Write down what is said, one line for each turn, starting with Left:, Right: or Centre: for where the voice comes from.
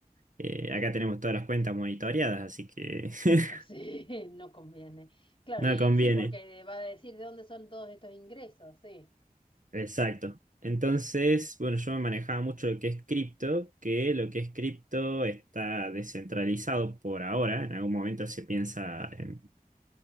Right: eh, acá tenemos todas las cuentas monitoreadas, así que <laughs>
Left: <laughs> sí, no conviene. Claro,
Right: no
Left: y
Right: conviene.
Left: sí, porque va a decir de dónde son todos estos ingresos, sí,
Right: Exacto. Entonces, bueno, yo me manejaba mucho lo que es cripto, que lo que es cripto está descentralizado por ahora. En algún momento se piensa, en-